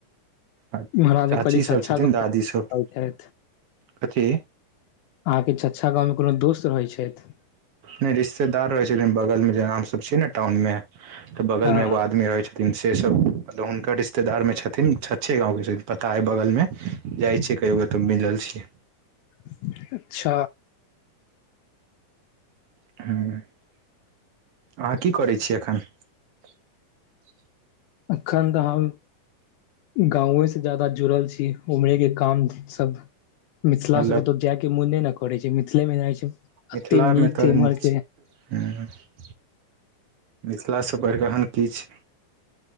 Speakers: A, on the right; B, on the left.
A: आ
B: महाराज जे
A: चाची
B: कहली छछा
A: सभ छथिन
B: गाँव
A: दादी सभ
B: रहै
A: कथि।
B: अहाँकेँ छै गावमे कोनो दोस्त रहैय छथि
A: नहि रिश्तेदार रहै छथिन बगल मे जेना हम सब छियै न टाउन मे तऽ बगल
B: हँ
A: मे एगो आदमी रहैय छथीन से सब मतलब हुनकर रिश्तेदारमे छथिन छछे गाँव केँ छथिन पता अइ बगलमे जाइ छियै कहियो क तऽ मिलल छियै
B: <inaudible> अच्छ
A: <inaudible> अहाँ की करै छी एखन <inaudible>
B: एखन तऽ हम गाँवे सँ ज्यादा जुड़ल छी उमहरे केँ काम सभ मिथिलासँ
A: मतलब
B: कतहु जायकेँ मोने न करै छैय मिथिले मे जाए छै
A: मिथिलामे
B: एते
A: तऽ
B: छै इम्हर
A: नीक
B: के
A: छै <inaudible> मिथिलासँ बढ़ीक की छै